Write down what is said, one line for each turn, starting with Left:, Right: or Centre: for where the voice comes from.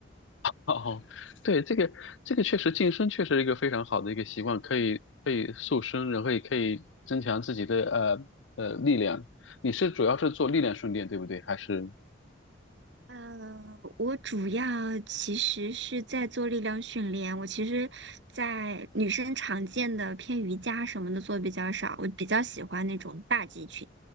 Left: <laughs> 哦，对，这个这个确实健身确实是一个非常好的一个习惯，可以可以塑身，然后也可以增强自己的呃呃力量。你是主要是做力量训练，对不对？还是？
Right: 呃，我主要其实是在做力量训练，我其实，在女生常见的偏瑜伽什么的做比较少，我比较喜欢那种大肌群，